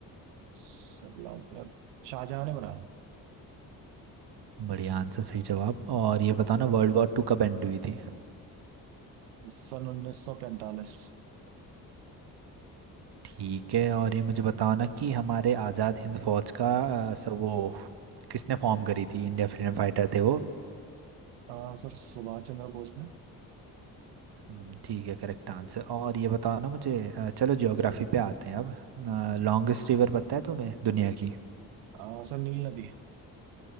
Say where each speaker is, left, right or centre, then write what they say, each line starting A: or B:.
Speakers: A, on the right; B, on the right.
A: सलाम क्या शाहजहां ने बनाया है।
B: बढ़िया आंसर सही जवाब और ये बताओ ना वर्ल्ड वॉर टू कब एंड हुई थी
A: सन उन्नीस सौ पैंतालीस
B: ठीक है और ये मुझे बताओ ना कि हमारे आज़ाद हिंद फौज का अ, सब वो किसने फॉर्म करी थी इंडिया फ्रीडम फाइटर थे वो
A: आ, सर सुभाष चंद्र बोस ने
B: हम्म, ठीक है करेक्ट आंसर और ये बताओ ना मुझे अ, चलो ज्योग्राफी पे आते हैं अब
A: जी
B: लॉन्गेस्ट रिवर पता है तुम्हें दुनिया की
A: आ, सर नील नदी